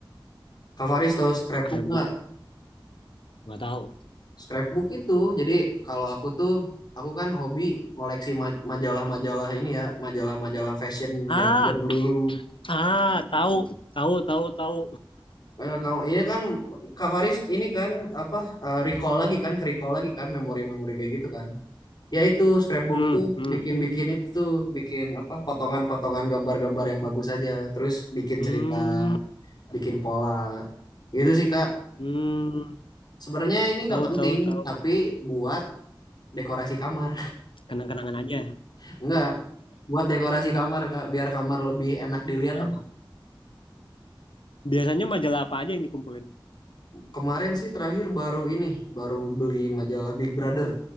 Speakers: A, on the left; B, on the left.
A: Kak Faris tahu scrapbook
B: Scrapbook,
A: nggak?
B: nggak tahu.
A: Scrapbook itu, jadi kalau aku tuh, aku kan hobi ngoleksi ma- majalah-majalah ini ya, majalah-majalah fashion
B: Ah,
A: zaman-zaman dulu.
B: ah, tahu, tahu, tahu, tahu.
A: Karena kamu ini kan Kavaris ini kan apa eh, recall lagi kan, ke recall lagi kan memori-memori kayak gitu kan. Ya itu scrapbook
B: Hmm,
A: tuh
B: hmm,
A: bikin-bikin itu tuh, bikin apa potongan-potongan gambar-gambar yang bagus aja, terus bikin
B: hmm,
A: cerita, bikin pola. Gitu sih Kak.
B: hmm.
A: Sebenarnya ini nggak
B: Tahu,
A: penting,
B: tahu, tahu.
A: tapi buat dekorasi kamar.
B: Kenang-kenangan aja. ya.
A: <laughs> nggak buat dekorasi kamar Kak, biar kamar lebih enak dilihat
B: Ah,
A: apa.
B: Biasanya majalah apa aja yang dikumpulin?
A: Kemarin sih terakhir baru ini, baru beli majalah Big Brother.